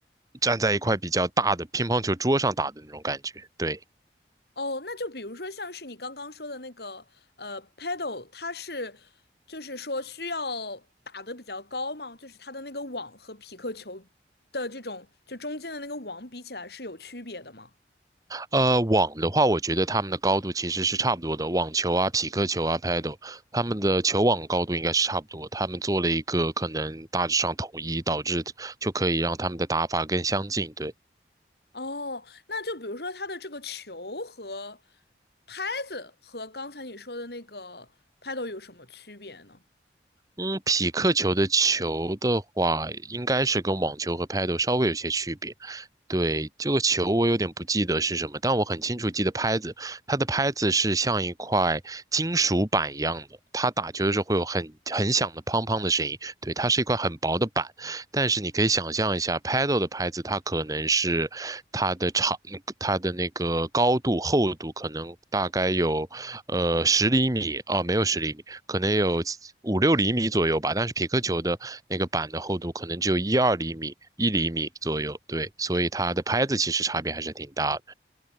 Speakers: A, on the right; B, on the left.
A: 站在一块比较大的乒乓球桌上打的那种感觉。对，
B: 哦，那就比如说像是你刚刚说的那个呃，paddle，它是就是说需要打得比较高吗？就是它的那个网和匹克球的这种就中间的那个网比起来是有区别的吗？
A: 呃，网的话，我觉得他们的高度其实是差不多的，网球啊、匹克球啊、paddle，他们的球网高度应该是差不多。他们做了一个可能大致上统一，导致就可以让他们的打法更相近。对。
B: 哦，那就比如说它的这个球和拍子和刚才你说的那个 paddle 有什么区别呢？
A: 嗯，匹克球的球的话，应该是跟网球和拍 a 稍微有些区别。对，这个球我有点不记得是什么，但我很清楚记得拍子，它的拍子是像一块金属板一样的，它打球的时候会有很很响的砰砰的声音。对，它是一块很薄的板，但是你可以想象一下，Paddle 的拍子，它可能是它的长，它的那个高度、厚度可能大概有呃十厘米哦，没有十厘米，可能有五六厘米左右吧。但是匹克球的那个板的厚度可能只有一二厘米、一厘米左右，对，所以它的拍子其实差别还是挺大的。